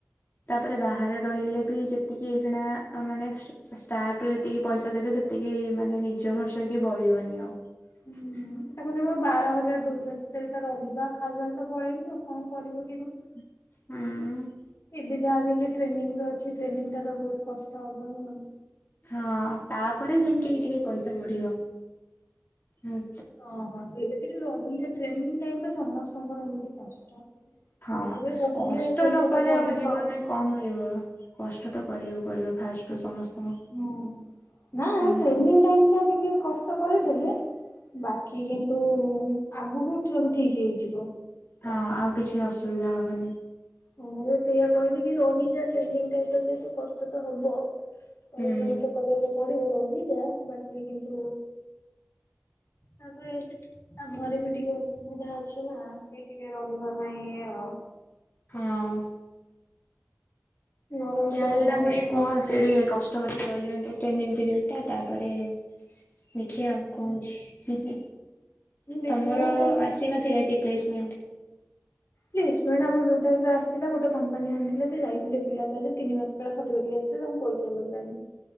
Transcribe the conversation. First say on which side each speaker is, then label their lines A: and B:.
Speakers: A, on the left; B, on the left.
A: ତାପରେ ବାହାରେ ରହିଲେ ବି ଯେ ଏତିକି ଏଇକ୍ଷିଣା ମାନେ ଷ୍ଟାର୍ଟରୁ ଯେତିକି ପଇସା ଦେବେ ସେତିକି ମାନେ ନି ନିଜ ଖର୍ଚ୍ଚ ହେଇକି ବଳବନି ଆଉ। <inaudible>
B: ହୁଁ ତାକୁ ଜମା ବାରହଜାର ଦଉଛନ୍ତି ତବେ ତା ରହିବା ଖାଇବାରେ ତ ପଳେଇବ ଆଉ କଣ କରିବ କେଜାଣି?
A: ହୁଁ।
B: ଏବେ ଯାହାବି ହେଲେ ଟ୍ରେନିଂରେ ଅଛି, ଟ୍ରେନିଂଟା ତ ବହୁତ କଷ୍ଟ ହବହିଁ ହବ।
A: ହଁ ତାପରେ ଯାଇଁକି ଟିକେ ପଇସା ବଢ଼ିବ, ହୁଁ।
B: ଓହୋ, ଧିରେ ଧିରେ ରହିଲେ ଟ୍ରେନିଂ ଟାଇମ୍ ଟା ସମସ୍ତଙ୍କର ଏମତି କଷ୍ଟ।
A: ହଁ,
B: ଧୀରେ ଧୀରେ ରହିଲେ
A: କଷ୍ଟ
B: ପଇସା
A: ନ କଲେ
B: ଟା ବଢିବ
A: ଆଉ ଜୀବନନେ କଁ ମିଳିବ? କଷ୍ଟ ତ କରିବାକୁ ପଡିବ ଫାଷ୍ଟ। ଠୁ ସମସ୍ତଙ୍କୁ।
B: ହୁଁ, ନାଁ
A: ହୁଁ
B: ଟ୍ରେନିଂ
A: ହୁଁ।
B: ଟାଇମଟା ଟିକେ କଷ୍ଟ କରିଦେଲେ ବାକି କିନ୍ତୁ ଆଗକୁ ଠବୁ ଠିକ୍ ହେଇଯିବ।
A: ହଁ ଆଉ କିଛି ଅସୁବିଧା ହବନି।
B: ହଁ ମୁଁ ସେଇଆ କହିଲି କି ରହିଯା ଟ୍ରେନିଂ ଟାଇମଟା ଯେ ସେଇ କଷ୍ଟ ତ ହବ। ପରିଶ୍ରମ
A: ହୁଁ
B: ତ କରିବାକୁ ପଡିବ ରହିିଯା ବାକି କିନ୍ତୁ ତାପରେ ତା ଘରେ ବି ଟିକେ ଅସୁବିଧା ଅଛି ନା, ସେ ଟିକେ ରହିବା ପାଇଁ ଇଏ ଆଉ।
A: ହଁ
B: ନ ରହିଲେ
A: ଯାହାହେଲେ
B: ନହବ।
A: ତାଙ୍କୁ ଟିକେ କୁହ ସେ ଟିକେ କଷ୍ଟ କରିକି ରହିଯାଆନ୍ତୁ ଟ୍ରେନିଂ ପିରିଅଡ଼ଟା ତାପରେ ଦେଖିଆ କଣ ହଉଛି,
B: ଦେଖିବା
A: ତମର ଆସିନଥିଲା କି? ପ୍ଲେସମେଣ୍ଟ?
B: ପ୍ଲେସମଣ୍ଟ ଆମର ଯୋଉ ଟାଇପର ଆସିଥିଲା ଗୋଟେ କମ୍ପାନୀ ଆଣିଥିଲା ଯେ ଯାଇଥିଲେ ପିଲା ତା ଦେ ତିନି ମାସେ ସେତେଳେ ଖଟି ଖଟି ଆସିଲେ ତାଙ୍କୁ ପଇସା ମିଳିଲାନି,